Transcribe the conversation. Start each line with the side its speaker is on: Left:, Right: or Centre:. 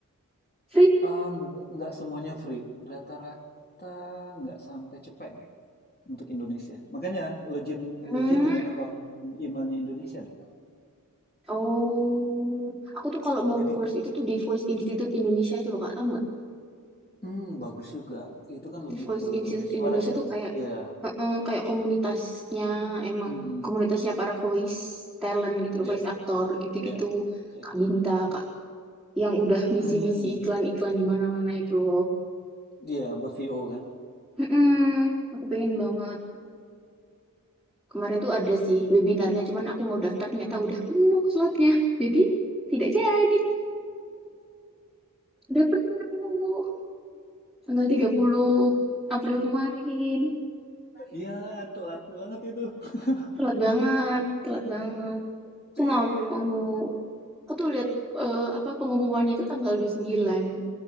Centre: Free?
Left: Ah, nggak nggak semuanya free. Rata-rata nggak sampai cepet deh untuk Indonesia. Makanya login
Centre: Hmm,
Left: login dengan akun emailnya Indonesia deh.
Centre: Oh, aku tuh kalau
Left: Jadi
Centre: mau course itu tuh di Voice Institute Indonesia itu loh Kak, tahu nggak?
Left: hmm, bagus juga. Itu kan
Centre: Di
Left: lebih
Centre: Voice
Left: ke
Centre: Institute
Left: suara
Centre: Indonesia
Left: ya.
Centre: tuh kayak
Left: Iya.
Centre: heeh, kayak komunitasnya emang
Left: Mm-mm.
Centre: komunitasnya para voice talent gitu loh,
Left: Iya,
Centre: voice actor gitu-gitu,
Left: iya, sektor.
Centre: Kak Binta, Kak yang udah ngisi-ngisi
Left: Hmm.
Centre: iklan-iklan di mana-mana itu loh.
Left: Iya, buat VO kan?
Centre: Heeh, aku pengen banget. Kemarin tuh ada sih webinarnya, cuman aku mau daftar ternyata udah penuh slotnya. Jadi tidak jadi, udah penuh. Tanggal 30 April kemarin.
Left: Iya, telat banget itu. <laughs>
Centre: telat banget, telat banget. Aku
Left: Iya.
Centre: mau, mau aku tuh lihat eh, apa pengumumannya itu tanggal 29.